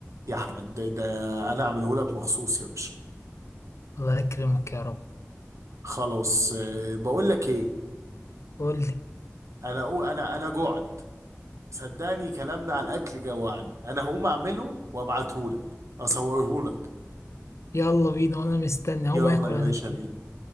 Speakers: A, on the right; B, on the left.
A: يا احمد ده, ده انا اعمله لك مخصوص يا باشا
B: الله يكرمك يا رب
A: خلاص آه، بقول لك ايه
B: قول لي
A: انا أقو- انا انا جوعت صدقني كلامنا على الاكل جوعني انا هقوم اعمله وابعته لك اصوره لك
B: يلا بينا وانا مستني هقوم
A: يلا
B: اكل
A: يا
B: انا
A: باشا
B: كمان.
A: بينا